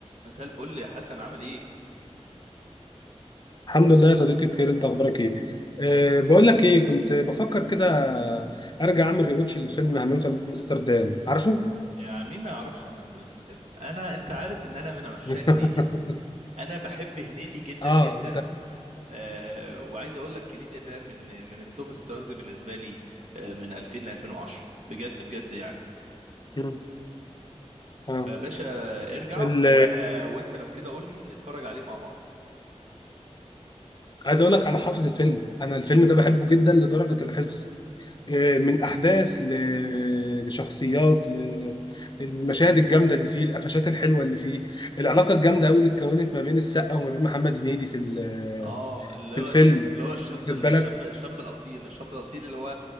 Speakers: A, on the right; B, on the left.
A: مساء الفل يا حسن عامل ايه؟
B: الحمد لله يا صديقي بخير انت اخبارك ايه أه بقول لك ايه كنت بفكر كده ارجع اعمل ريواتش للفيلم همام في امستردام عارفه
A: يا مين ما يعرفش همام في مساء الفل انا انت عارف ان انا من عشاق
B: <laughs>
A: هنيدي انا بحب هنيدي جدا
B: اه
A: جدا
B: انت
A: آه وعايز اقول لك هنيدي ده من من التوب ستارز بالنسبه لي آه من 2000 ل 2010 بجد بجد يعني
B: مم. اه
A: فباشا ارجع
B: ال-
A: وانا وانت لو كده قول لي نتفرج عليه مع بعض
B: عايز اقول لك انا حافظ الفيلم انا الفيلم
A: مم.
B: ده بحبه جدا لدرجه الحفظ آه، من احداث ل... لشخصيات ل- المشاهد الجامده اللي فيه القفشات الحلوه اللي فيه العلاقه الجامده قوي اللي اتكونت ما بين السقا وما بين محمد هنيدي في ال-
A: اه اللي
B: في
A: هو
B: الفيلم
A: الش... اللي هو الشاب
B: واخد
A: الشاب
B: بالك
A: الشاب الاصيل الشاب الاصيل اللي هو